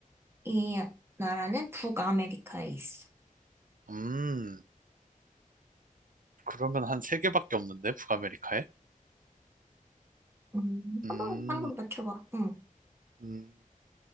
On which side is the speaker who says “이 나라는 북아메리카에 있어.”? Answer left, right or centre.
Right